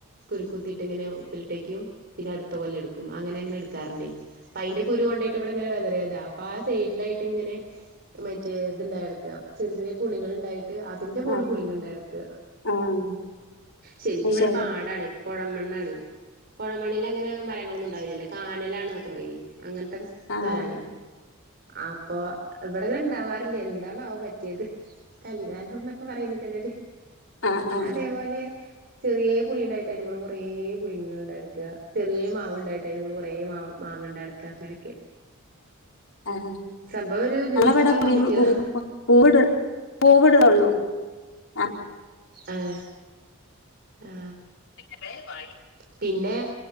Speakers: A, on the right; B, on the left.
A: കുരുക്കുത്തിയിട്ട് ഇങ്ങനെ ഉപ്പിലിട്ടേക്കും പിന്നെ അടുത്ത കൊല്ലം എടുക്കും അങ്ങനെ അങ്ങനെ എടുക്കാറുണ്ടേ അപ്പ അയിന്റെ കുരു കൊണ്ടയിട്ട് ഇവിടെ ഇങ്ങനെ വതറിയതാ അപ്പൊ ആ സൈഡിലായിട്ട് ഇങ്ങനെ മറ്റേ ഇത്ണ്ടായടക്ക ചെറിയ ചെറിയ പുളികള് ണ്ടായിട്ട് അതിന്റെ മോളില്
B: ആഹ്
A: പുളിങ്ങ ണ്ടായടക്ക
B: ആഹ്
A: ശരിക്കും
B: അത്
A: ഇവിടെ
B: ശരി
A: പാടാണ് കോഴമണ്ണാനെ കൊഴമണ്ണിൽ അങ്ങനെ മരങ്ങളൊന്നും ഉണ്ടാവില്ലില്ല കാനലാണ് എന്നൊക്കെ പറയിലേ അങ്ങനത്തെൊക്കെ
B: ആഹ്
A: തലണ അപ്പൊ ഇവിടെങ്ങനെ ഇണ്ടാവാറില്ലേ എന്താണാവോ പറ്റിയത് കലികാലം എന്നൊക്കെ പറയില്ലേ ചെലര്
B: ആഹ് ആഹ്
A: അതേപോലെ ചെറിയേ പുളിണ്ടായിട്ട് അയിന്റെമോള് കൊറേ പുളിങ്ങള് ണ്ടായടക്ക ചെറിയേ മാവ്ണ്ടായിട്ട് അയിന്റെമോള് കുറേ മാവ് മാങ്ങണ്ടടക്ക അങ്ങനൊക്കെ
B: ആഹ്
A: സംഭവം ഒരു ന്യൂസൊക്കെ
B: ഞങ്ങളിവിടെ
A: ആക്കാൻ
B: പുളി
A: പറ്റിയതാ
B: പുളി പൂവിട പൂവിടണൊള്ളൂ ആഹ്
A: അതെ ആ
B: <unintelligible>
A: പിന്നെ